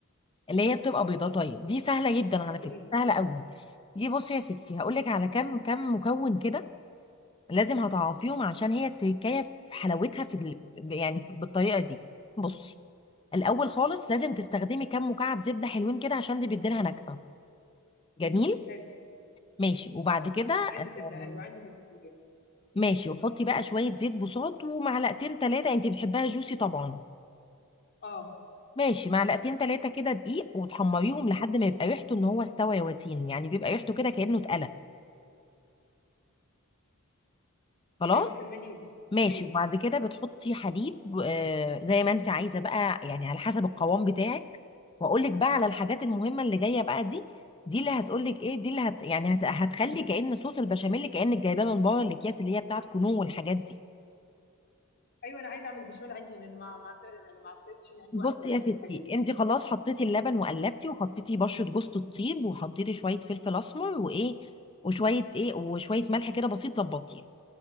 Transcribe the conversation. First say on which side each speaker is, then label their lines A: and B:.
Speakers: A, on the left; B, on the left.
A: اللي هي بتبقى بيضة طيب دي سهلة جدا على
B: قولي
A: فكرة
B: لي
A: سهلة قوي دي بصي يا ستي هقول لك على كام كام مكون كده لازم هتعرفيهم عشان هي التركايه في حلاوتها في ال... يعني في... بالطريقه دي بصي الاول خالص لازم تستخدمي كام مكعب زبده حلوين كده عشان دي بتديلها نكهه جميل
B: حلو
A: ماشي وبعد كده
B: عندي زبده
A: آم،
B: ايوه عندي زبده في البيت
A: ماشي وحطي بقى شويه زيت بوصات ومعلقتين ثلاثه انت بتحبها جوسي طبعا
B: اه
A: ماشي معلقتين ثلاثه كده دقيق وتحمريهم لحد ما يبقى ريحته ان هو استوى يا واتين يعني بيبقى ريحته كده كانه اتقلى خلاص
B: ايوه كملي لي
A: ماشي
B: ايوه
A: وبعد كده بتحطي حليب آه زي ما انت عايزه بقى يعني على حسب القوام بتاعك واقول لك بقى على الحاجات المهمه اللي جايه بقى دي دي اللي هتقول لك ايه دي اللي هت يعني هت هتخلي كأن صوص البشاميل كأنك جايباه من بره الاكياس اللي هي بتاعت كنو والحاجات دي
B: ايوه انا عايزه اعمل بشاميل عندي لان ما ما يعني ما اعتقدش ان عندي
A: بصي
B: وقت يعني
A: يا ستي
B: اروح اجيبه
A: انت خلاص حطيتي اللبن وقلبتي وحطيتي بشره جوز الطيب وحطيتي شويه فلفل اسمر وايه وشويه ايه وشويه ملح كده بسيط ظبطيه